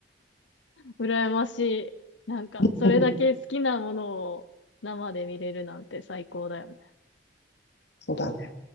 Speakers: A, on the left; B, on the left.
A: 羨ましい。なんか、
B: <laughs>
A: それだけ好きなものを生で見れるなんて最高だよね。
B: そうだね。